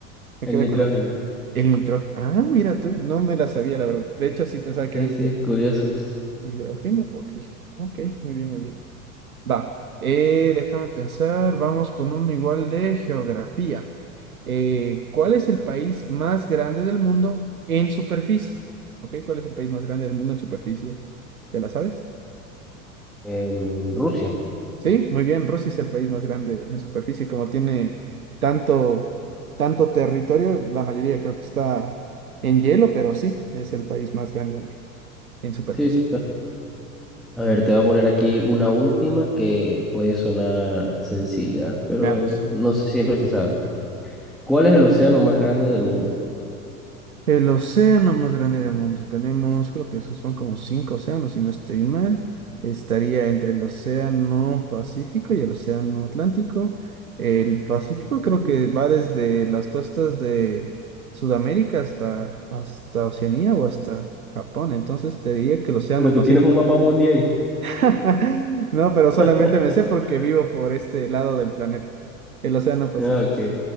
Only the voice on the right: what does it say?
Me
quedé
con la... El nitrógeno. Ah, mira tú, no me la sabía, la verdad. De hecho, sí pensaba
que era entre
hidrógeno o oxígeno. Ok, muy bien, muy bien. Va, eh, déjame pensar, vamos con uno igual de geografía. Eh, ¿cuál es el país más grande del mundo en superficie? Ok, ¿cuál es el país más grande del mundo en superficie? ¿Te la sabes?
Sí, muy bien. Rusia es el país más grande en superficie, como tiene tanto, tanto territorio, la mayoría creo que está en hielo, pero sí, es el país más grande en superficie.
Veamos.
El océano más grande del mundo. Tenemos, creo que esos son como cinco océanos, si no estoy mal. Estaría entre el océano Pacífico y el océano Atlántico. El Pacífico creo que va desde las costas de Sudamérica hasta, hasta Oceanía o hasta Japón. Entonces te diría que el océano
Pacífico.
<laughs> No, pero solamente
me sé porque vivo por este lado del planeta, el océano Pacífico.